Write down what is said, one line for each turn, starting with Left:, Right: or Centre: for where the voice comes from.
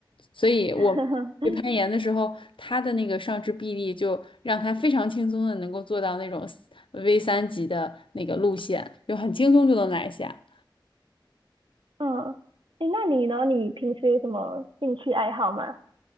Left: 所以我去攀岩的时候，
Right: <laughs>
Left: 他的那个上肢臂力就让他非常轻松的能够做到那种 V 三级的那个路线，就很轻松就能拿下。
Right: 嗯，诶，那你呢？你平时有什么兴趣爱好吗？